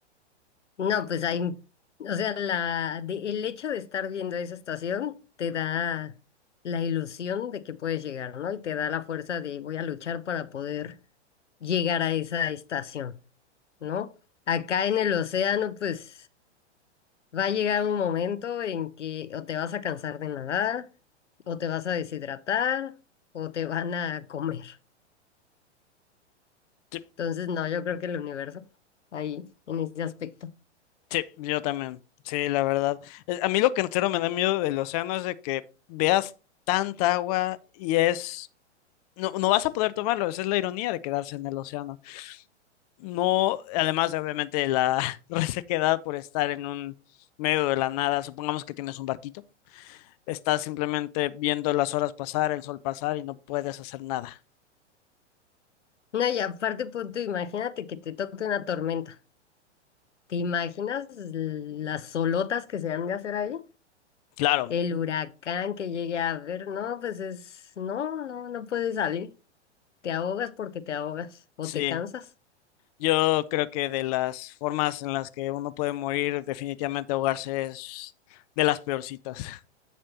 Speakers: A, on the left; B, on the left.
A: No, pues hay, o sea, la, de- el hecho de estar viendo esa estación te da la ilusión de que puedes llegar, ¿no? Y te da la fuerza de voy a luchar para poder llegar a esa estación, ¿no? Acá en el océano, pues va a llegar un momento en que o te vas a cansar de nadar, o te vas a deshidratar, o te van a comer.
B: Sí,
A: Entonces, no, yo creo que el universo ahí, en ese aspecto.
B: sí, yo también. Sí, la verdad. Eh, A mí lo que en serio me da miedo del océano es de que veas tanta agua y es... No, no vas a poder tomarlo, esa es la ironía de quedarse en el océano. No, además de obviamente la <laughs> resequedad por estar en un medio de la nada, supongamos que tienes un barquito, estás simplemente viendo las horas pasar, el sol pasar y no puedes hacer nada.
A: No, y aparte, punto, imagínate que te toque una tormenta. ¿Te imaginas las solotas que se han de hacer ahí?
B: Claro,
A: El huracán que llegue a ver, no, pues es, no, no, no puedes salir. Te ahogas porque te ahogas o
B: sí.
A: te cansas.
B: Yo creo que de las formas en las que uno puede morir, definitivamente ahogarse es de las peorcitas. <laughs>